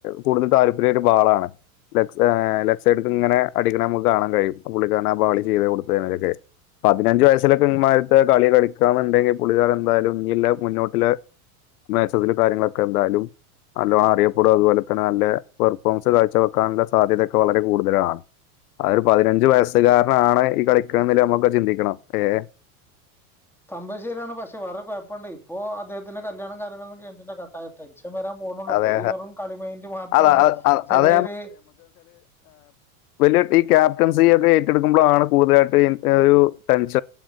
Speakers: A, on the left (about 85°); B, in the centre.
A: കൂടുതൽ താല്പര്യായ ഒരു ബാളാണ്. ലെക്‌സെ ഏഹ് ലെക്സടിക്ക്ങ്ങനെ അടിക്ക്ണെ അമ്മക്ക് കാണാൻ കഴിയും പുള്ളിക്കാരനാ ബാളി ചെയ്ത് കൊട്ത്തെനെക്കെ പതിനഞ്ച് വയസ്സിലൊക്കെ ഇമ്മാര്ത്തെ കളി കളിക്കന്ന്ണ്ടെങ്കി പുള്ളിക്കൻ എന്തായാലും ഞ്ള്ള മുന്നോട്ടിലെ മാച്ചസിലും കാര്യങ്ങക്കെ എന്തായാലും നല്ലോം അറിയപ്പെടും അത്പോലെ തന്നെ നല്ല പെർഫോമൻസ് കാഴ്ച വെക്കാനുള്ള സാധ്യതക്കെ വളരെ കൂടുതലാണ്. അതൊരു പതിനഞ്ചു വയസ്സുകാരനാണ് ഈ കളിക്ക്ണ്നില്ലേ നമ്മളെക്കെ ചിന്തിക്കണം ഏഹ്
B: സംഭവ ശെര്യാണ് പക്ഷെ വേറൊരു കൊഴപ്പണ്ട് ഇപ്പോ അദ്ദേഹത്തിന്റെ കല്യാണം കാര്യങ്ങളൊന്നും <unintelligible> ടെൻഷൻ ഇപ്പം വരാൻ പോവുന്നൊള്ളൂ
A: അതെ
B: പ്പൊ ഈ വെറും കളി മെയിൻ്റ് മാത്രാണ്
A: അത
B: ചെറിയൊര്
A: അതാ വെല്ല്യെ ടീ ക്യാപ്റ്റൻസി ഒക്കെ ഏറ്റെട്ക്കുമ്പോഴാണ് കൂടുതലായിട്ട് ഏഹ് ടെൻഷ